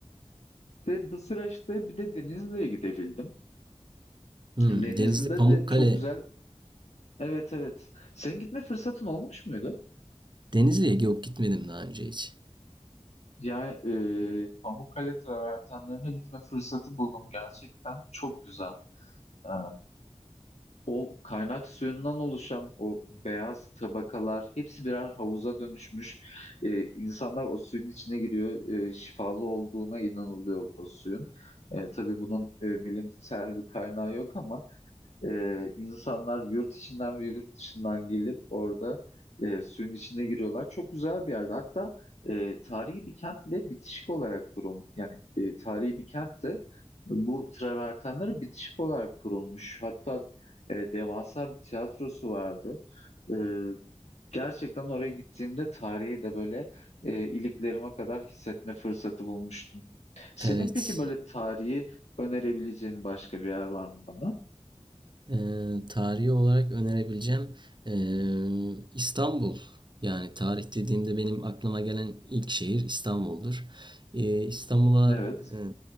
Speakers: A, on the left (about 70°); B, on the right (about 40°).
A: De bu süreçte bir de Denizli'ye gidebildim.
B: Hmm,
A: Denizli'de
B: Denizli Pamukkale.
A: de çok güzel. Evet evet. Senin gitme fırsatın olmuş muydu?
B: Denizli'ye yok gitmedim daha önce hiç.
A: Ya e, Pamukkale travertenlerine gitme fırsatı buldum. Gerçekten çok güzel. E, o kaynak suyundan oluşan o beyaz tabakalar hepsi birer havuza dönüşmüş. E, insanlar o suyun içine giriyor. E, şifalı olduğuna inanılıyor o suyun. E, tabii bunun e, bilimsel bir kaynağı yok ama Ee, insanlar yurt içinden ve yurt dışından gelip orada e, suyun içine giriyorlar. Çok güzel bir yerde. Hatta e, tarihi bir kentle bitişik olarak kurulmuş. Yani e, tarihi bir kentte bu travertenleri bitişik olarak kurulmuş. Hatta e, devasa bir tiyatrosu vardı. E, gerçekten oraya gittiğimde tarihi de böyle e, iliklerime kadar hissetme fırsatı bulmuştum. Senin
B: Evet.
A: peki böyle tarihi önerebileceğin başka bir yer var mı bana?
B: Eee, tarihi olarak önerebileceğim eee, İstanbul. Yani tarih dediğimde benim aklıma gelen ilk şehir İstanbul'dur. Eee, İstanbul'a
A: Evet.
B: eee,